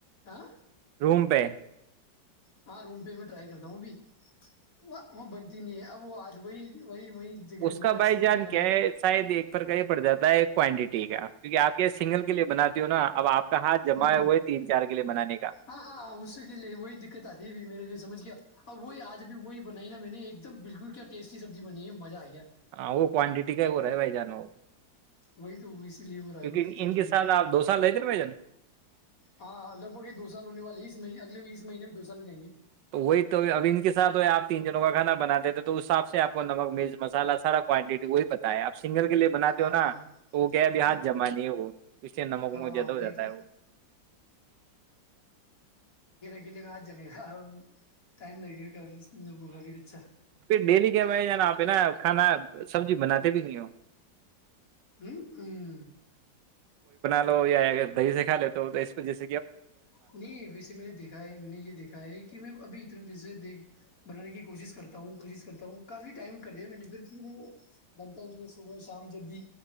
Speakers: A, on the left; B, on the right.
A: ہاں
B: روم پہ
A: ہاں روم پہ میں ٹرائی کرتا ہوں ابھی وہ وہ بنتی نہیں ہے اب وہ آج وہی وہی وہی جگہ
B: اس
A: دوبارہ
B: کا بھائی
A: سب
B: جان
A: کے لیے بنائی
B: کیا ہے
A: نا
B: شاید ایک پرھر کا ہی پڑ جاتا ہے کوانٹیٹی ٹھیک ہے کیکہ آپ یہ سنگل کے لیے بنا د ہو نا اب آپ کا ہاتھ جمع
A: ہ
B: ہوا ہے تین چار کے لیے بنانے کا
A: ہاں ہاں اس کے لیے وہی دقت آتی مے نہیں سمجھ گیا اب وہی آج اب وہی بنائی نا میں نے ایک دم بالکل کیا ٹیسٹی سبزی بنی ہے مزہ آ گیا
B: ہاں وہ کوانٹٹی کا ہو رہا ہے بھائی جانو وہ
A: وہی تو اسی لیے ہو رہا ہے
B: کیونکہ
A: وہ دقت
B: ان
A: تھوڑی
B: کے ساتھ آپ دو سال رہتے نا بھائی جان
A: ہاں لگ بھگ ہی دو سال ہونے والے اس مہ اس مہنے میں دو سال ہو جیں گے <unintelligible>
B: تو وہی تو اب ان کے سات ہو آ تین جنوں کا کانا بناتے تھے تو اس حساب سے آپ کو نمک مرچ مسالا سارا کوانٹٹی وہی پتتا ہے آپ سنگل کے لیے بناتے ہو
A: ہاں
B: نا تو وہ کیا اب ہاتھ
A: ہاں
B: جما نہیں ہو وہ اس سے نمک ومک
A: ہاں
B: جیادہ ہو
A: وہی
B: جاتا
A: تو
B: ہے وہ <unintelligible>
A: گلی میں آج جمے گا <unintelligible> گا کافی پھر اچھا
B: پھر ڈیلی کیا بج ج نا آپ نا کھانا <unintelligible> سبزی بناتے بھی ہوئی ہ
A: ہوں ہوں
B: یاگر دہی سے کا ل توہ جس <unintelligible>
A: نہیں ویسے میں نے دیکھا ہے میں نے یہ دیکھا ہے کہ میں ابھی اتنے دن سے دیکھ <inaudible> بنانے کی کوشش کرتا ہوں کوشش کرتا ہوں کافی ٹائم <unintelligible> د نے پھر پھر بھی وہ بنتا ہی نہیں ہے صبح شام جب بھی